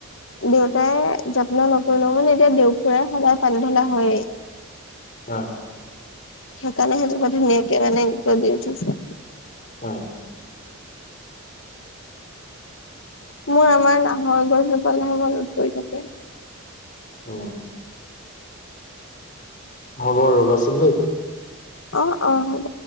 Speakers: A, on the left (about 55°); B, on the left (about 35°).
A: দেউতাই যত্ন নকৰিলেও মানে এতিয়া দেউ খুৰাই সদায় পানী ঢলা হয়েই।
B: হ
A: সেইকাৰ ন, হেজ ম, ধক, মে, দ, উঠি
B: উ।
A: মোৰ আমাৰ নাহৰ গছজোপালেনত পৰি থাকে।
B: উম। হ'ব ৰ'বাচোন দেই।
A: অ', অ', হ'ব।